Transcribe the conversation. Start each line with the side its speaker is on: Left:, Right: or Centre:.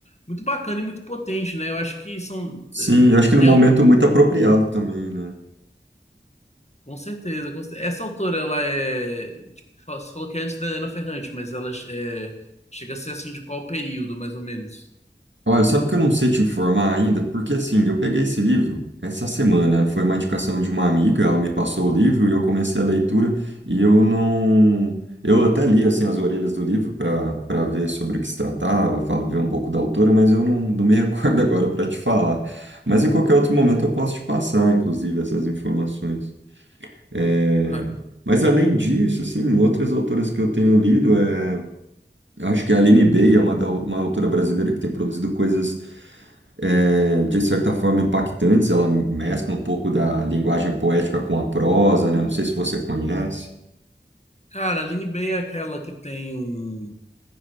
Left: muito bacana e muito potente, né? Eu acho que são
Right: Sim,
Left: eh,
Right: eu acho que no
Left: tem
Right: momento muito apropriado também, né?
Left: Com certeza, com cer- Essa autora, ela é. tipo, fa- Você falou que é antes da Helena Ferrante, mas ela é, chega a ser assim de qual período, mais ou menos?
Right: Olha, sabe que eu não sei te informar ainda? Porque assim, eu peguei esse livro essa semana, né? foi uma indicação de uma amiga, ela me passou o livro e eu comecei a leitura e eu não. Eu até li assim as orelhas do livro para para ver sobre o que se tratava, falo, ver um pouco da autora, mas eu não, não me <laughs> recordo agora para te falar. Mas em qualquer outro momento eu posso te passar, inclusive, essas informações. É,
Left: Ah,
Right: Mas além disso, assim, outras autoras que eu tenho lido é eu acho que a Aline Bey é uma, da- uma autora brasileira que tem produzido coisas, eh, de certa forma, impactantes. Ela mescla um pouco da linguagem poética com a prosa, né? Não sei se você conhece.
Left: cara, a Aline Bay é aquela que tem um.